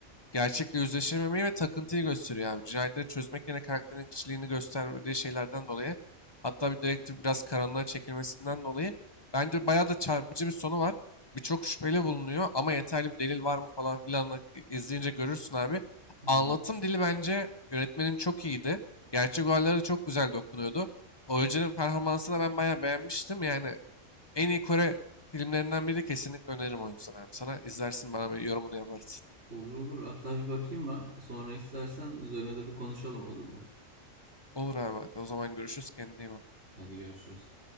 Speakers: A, on the left (about 25°); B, on the right (about 55°).
A: Gerçekle yüzleşememeyi ve takıntıyı gösteriyor abi. Cinayetleri çözmek yerine karakterin kişiliğini gösterdiği şeylerden dolayı hatta bir direktif biraz karanlığa çekilmesinden dolayı bence bayağı da çarpıcı bir sonu var. Birçok şüpheli bulunuyor ama yeterli bir delil var mı falan filan da izleyince görürsün abi.
B: hı
A: Anlatım
B: hı.
A: dili bence yönetmenin çok iyiydi. Gerçek olaylara da çok güzel dokunuyordu. Oyuncunun performansını da ben bayağı beğenmiştim. Yani en iyi Kore filmlerinden biri kesinlikle öneririm o yüzden abi. Sana izlersin bana bir yorumunu yaparsın.
B: Olur olur. Hatta bir bakayım ben. Sonra istersen üzerine de bir konuşalım olur mu?
A: Olur abi hadi o zaman görüşürüz kendine iyi bak.
B: Hadi görüşürüz.